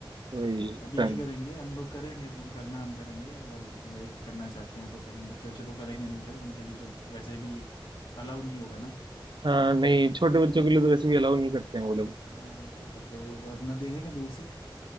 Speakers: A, on the right; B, on the left.
A: वही
B: सभी
A: डन
B: नहीं करेंगे हम लोग करेंगे तुम करना हम करेंगे अगर वाइफ करना चाहते हैं तो करें बच्चे बच्चे तो करेंगे नहीं खैर उनके लिए तो वैसे भी अलाउ नहीं होगा ना
A: हाँ नहीं छोटे बच्चों के लिए तो वैसे भी अलाउ नहीं करते हैं वो लोग
B: हाँ जो तो वो अपना देखेंगे दूर से